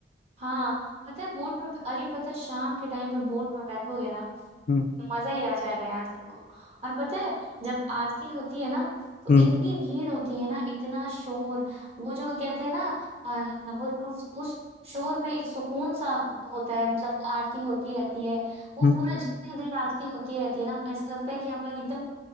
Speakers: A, on the right (about 35°); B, on the left (about 50°).
A: हाँ पता है बोट में अरे पता है शाम के टाइम पे बोट में बैठोगे ना
B: हम्म
A: मजा ही आ जाएगा यार तुमको और पता है जब आरती होती है ना तो
B: हम्म
A: इतनी भीड़ होती है ना इतना शोर वो जो कहते हैं ना अ, वो उस उस शोर में एक सुकून सा होता है मतलब आरती होती रहती है वो
B: हम्म
A: पूरा जितने देर आरती होती रहती है ना ऐसा लगता है कि हम लोग एकदम